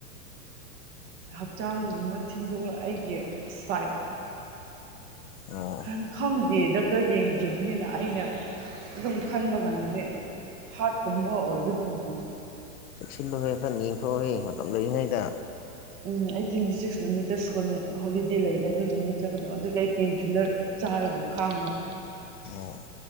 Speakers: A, on the right (about 35°); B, on the left (about 65°).
A: ꯍꯛꯆꯥꯡꯒꯨꯝꯕ ꯊꯤꯟꯗꯣꯛꯂ ꯑꯩꯒꯤ ꯁꯥꯏꯠ
B: ꯑꯣ
A: ꯀꯟ ꯈꯡ ꯗꯤ ꯗꯣꯛꯇꯔ ꯌꯦꯡꯗ꯭ꯔꯤꯕꯅꯤꯅ ꯑꯩꯅ ꯑꯗꯨꯝ ꯈꯟꯕ ꯀꯥꯟꯗꯗꯤ ꯍꯥꯔꯠꯀꯨꯝꯕ ꯑꯣꯏꯒꯗꯧ ꯃꯥꯂꯦ
B: ꯁꯤꯜꯂꯣꯍꯦ ꯈꯔꯥ ꯌꯦꯡꯊꯣꯛꯑꯣꯍꯦ ꯃꯇꯝ ꯂꯩꯔꯤꯉꯩꯗ
A: ꯎꯝ ꯑꯩꯠꯇꯤꯟꯗꯤ ꯁꯤꯛꯁ ꯅꯨꯃꯤꯠꯇ ꯁ꯭ꯀꯨꯜ ꯍꯣꯂꯤꯗꯦ ꯂꯩꯌꯦ ꯑꯗꯨꯗꯤ ꯃꯤꯠ ꯆꯠꯀꯗꯕ ꯑꯗꯨꯒꯤ ꯑꯩ ꯄꯦꯟ ꯀꯤꯂꯔ ꯆꯥꯔꯒ ꯈꯥꯡꯕ
B: ꯑꯣ